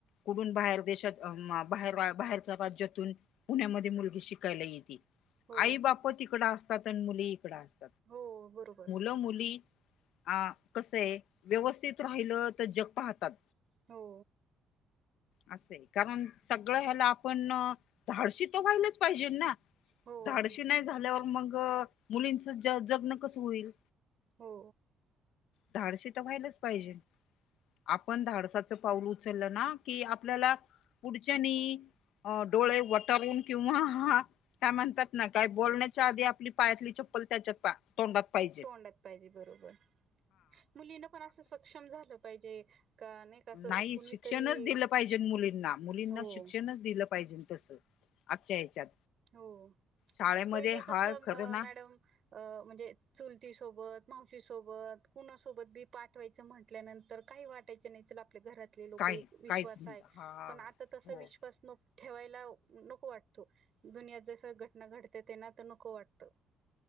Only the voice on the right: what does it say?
हो
हो बरोबर.
हो.
हो
हो.
तोंडात पाहिजे बरोबर मुलीन पण असं सक्षम झालं पाहिजे का नाही. का असं
कुणीतरी
हो
हो
पहिले कस
मॅडम. अ म्हणजे चुलतीसोबत मावशीसोबत कुणासोबत बी पाठवायचं म्हटल्यानंतर काही वाट. ाय नाही च आपल्या घरातले लोक
विश्वास
आहे
पण आता तसा
विश्वास नक. ठेवायला नको वाटतो. दुनियात जस घटना घडते तेना तर नको वाटतं.